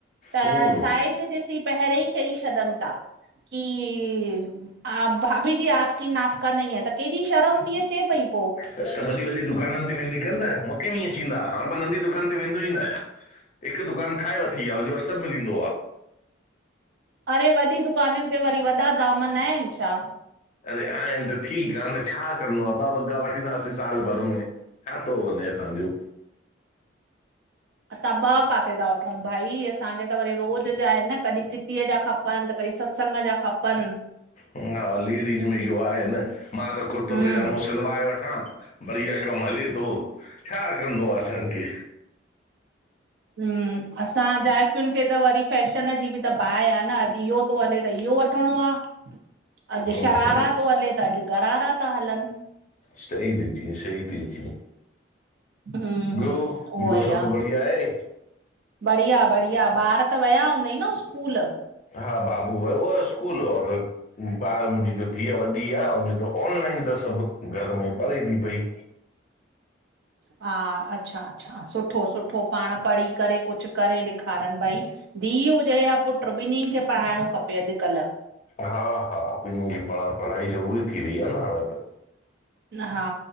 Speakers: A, on the right; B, on the left.
A: त
B: हम्म
A: साइज ॾिसी पहिरे ई चई छॾन था कि, आप, भाभीजी आप की नाप का नही है। त केॾी शर्म थी अचे पई पो।
B: त वॾी वॾी दुकाननि ते वेंदी कर न, मूंखे बि हीअं, ठिंदा। हाणे मां नंढी दुकान ते वेंदो ई न आहियां। हिकु दुकान ठाहे वठी आ, हुने वटि सभु मिलींदो आ।
A: अरे वॾी दुकानुनि ते वरी वॾा दाम न आहिनि छा?
B: अरे आहिनि त ठीकु आ न, छा करिणो आ? ॿ वॻा वठींदासीं साल भर में। छा थो वञे असांजो?
A: असां ॿ काथे था वठूं भाई? असांजे त वरी रोज़ जा आहिनि न, कॾहिं किटीअ जा खपनि, खपनि, त कॾी सत्संग जा खपनि।
B: हा लेडीज़ में इहो आहे न, मां त कुर्तो
A: हम्म
B: पज़ामो सलवाए वठां, बढ़िया कमु हले थो, छा करणो आ असांखे?
A: ह्म्म, असां जाइफ़ुनि खे त वरी फैशन जी बि त बाहि आ न, अॼु इहो थो हले त इहो वठिणो आ। अॼु
B: हम्म
A: शरारा
B: हम्म
A: थो हले, त अॼु घरारा था हलनि।
B: सही दीदी, सही थी चई।
A: हम्मम हम्मम,
B: ॿियो
A: उहो
B: ॿियो
A: ई
B: सभु
A: आ।
B: बढ़िया आहे
A: बढ़िया बढ़िया! ॿार त वया हूंदई न स्कूल?
B: हा बाबू वयो आ स्कूल। और ॿार मुंहिंजी जो धीअ वॾी आ, त ऑनलाइन तस सभु, घर में पढ़े थी पई।
A: हा, अच्छा अच्छा, सुठो सुठो! पाण पढ़ी करे कुझु करे ॾेखारनि भई। धीउ हुजे या पुट ॿिननि खे पढ़ाइणो खपे अॼुकल्ह।
B: हा हा ॿिनीन खे पढ़ पढ़ाई ज़रूरी थी वई आ न हाणे त।
A: हा